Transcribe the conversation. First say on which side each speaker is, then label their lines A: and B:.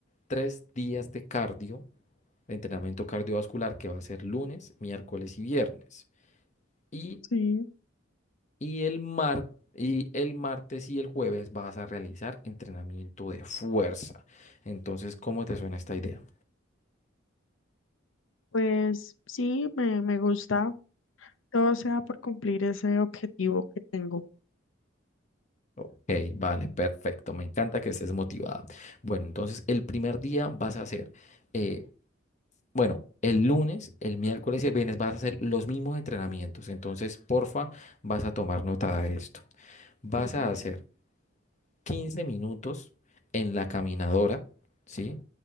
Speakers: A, on the left; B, on the left.
A: tres días de cardio, de entrenamiento cardiovascular, que va a ser lunes, miércoles y viernes. Y,
B: Sí,
A: y el mar- Y el martes y el jueves vas a realizar entrenamiento de fuerza. Entonces, ¿cómo te suena esta idea?
B: pues sí, me, me gusta. Todo sea por cumplir ese objetivo que tengo.
A: Ok, vale, perfecto. Me encanta que estés motivada. Bueno, entonces el primer día vas a hacer, eh, bueno, el lunes, el miércoles y el viernes vas a hacer los mismos entrenamientos. Entonces, porfa, vas a tomar nota de esto. Vas
B: Sí.
A: a hacer 15 minutos en la caminadora, ¿sí?